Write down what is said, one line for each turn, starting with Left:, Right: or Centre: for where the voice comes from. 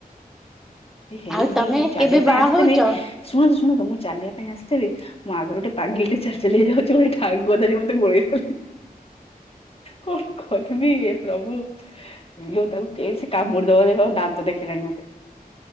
Left: ହେଇ
Centre: ଆଉ
Left: ହେଇ
Centre: ତମେ
Left: ମୁଁ ଚାଲିବା
Centre: କେବେ
Left: ପାଇଁ
Centre: ବାହା
Left: ଆସିଥିଲି
Centre: ହଉଛ
Left: ଶୁଣନ୍ତୁ ଶୁଣନ୍ତୁ ମୁଁ ଚାଲିବା ପାଇଁ ଆସିଥିଲି ମୋ ଆଗରୁ ଗୋଟେ ପାଗିଳି ଟେ ଚାଲି ଚାଲିଯାଉଚି ଠାଗୁଆ ଧରି ମତେ ଗୋଡେଇଲା କଣ କରିବି ଏ ପ୍ରଭୁ ଇଲୋ ତାକୁ କେସି କାମୁଡି ଦବ ଜେ ଦାନ୍ତ ଦେଖେଇଲାଣି ମତେ।